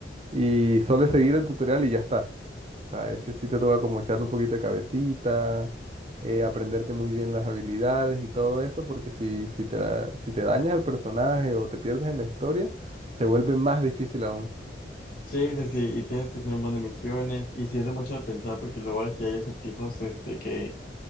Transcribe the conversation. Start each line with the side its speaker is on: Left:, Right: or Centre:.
Right: y, y solo es seguir el tutorial y ya está sea, ese sí te toca como echarle un poquito de cabecita, eh, aprenderte muy bien las habilidades y todo eso, porque si, si te la- si te dañas el personaje o te pierdes en la historia, se vuelve más difícil aún.
Left: sí, sí, sí, y tienes que hacer un montón de misiones, y sí es de mucho de pensar, porque luego hay- sí hay acertijos este, que